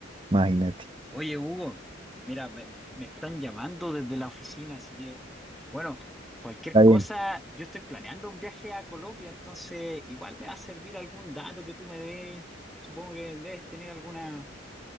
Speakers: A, on the right; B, in the centre.
A: imagínate.
B: Oye, Hugo, mira, me, me están llamando desde la oficina, así que, bueno, cualquier
A: Está
B: cosa,
A: bien.
B: yo estoy planeando un viaje a Colombia, entonces igual me va a servir algún dato que tú me des. Supongo que debes tener alguna...